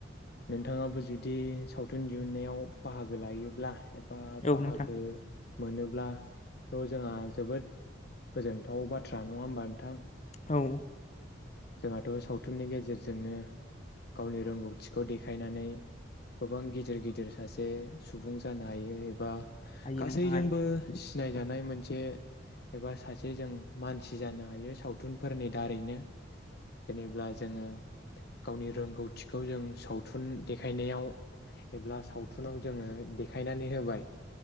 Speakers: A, on the left (about 55°); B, on the left (about 35°).
A: नोंथाङाबो जुदि सावथुन दिहुननायाव बाहागो लायोब्ला बा
B: औ
A: बाहागो
B: नोंथां
A: मोनोब्लाथ' जोंहा जोबोद गोजोनथाव बाथ्रा नङा होमबा नोंथां
B: औ
A: जोंहाथ' सावथुननि गेजेरजोंनो गावनि रोंगौथिखौ देखायनानै गोबां गिदिर गिदिर सासे सुबुं जानो हायो एबा
B: हायो
A: गासैजोंबो
B: नोंथां हायो
A: सिनायजानाय मोनसे एबा सासे जों मानसि जानो हायो सावथुनफोरनि दारैनो। जेनेब्ला जोङो गावनि रोंगौथिखौ जों सावथुन देखायनायाव एबा सावथुनाव जोङो देखायनानै होबाय